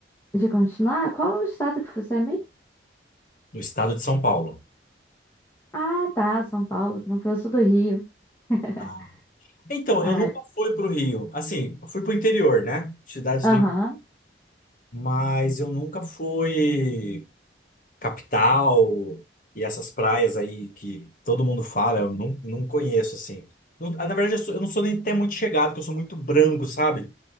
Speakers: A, on the left; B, on the left.
A: de continuar, qual o estado que você é mesmo?
B: No estado de São Paulo.
A: Ah, tá, São Paulo, Trancoso do Rio. <laughs>
B: Ah. Então,
A: Ah,
B: eu nunca
A: é.
B: fui para o Rio. Assim, eu fui para o interior, né? Cidades
A: Aham.
B: do. Mas eu nunca fui. Capital e essas praias aí que todo mundo fala, eu não, não conheço, assim. Não- ah, na verdade, eu, sou- eu não sou nem até muito chegado, que eu sou muito branco, sabe?